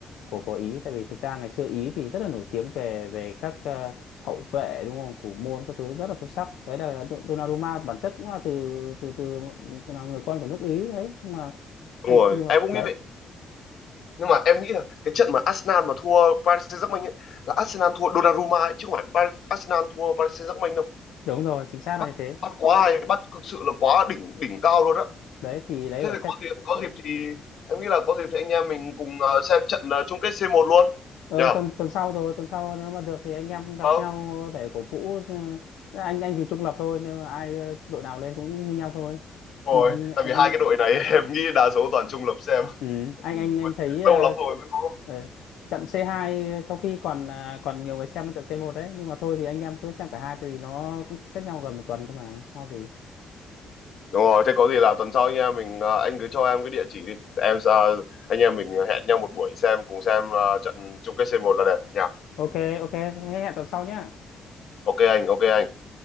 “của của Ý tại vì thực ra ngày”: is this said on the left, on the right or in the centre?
Left